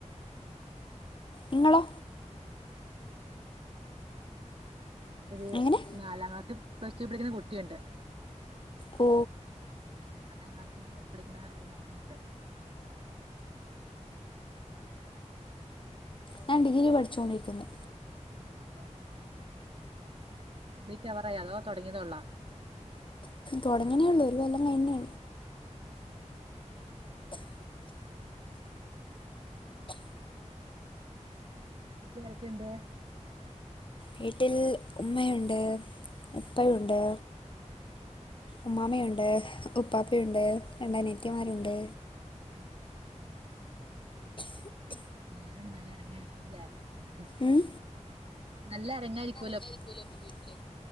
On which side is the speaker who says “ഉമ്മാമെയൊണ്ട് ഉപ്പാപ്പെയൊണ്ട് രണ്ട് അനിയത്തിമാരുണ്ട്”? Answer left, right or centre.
Left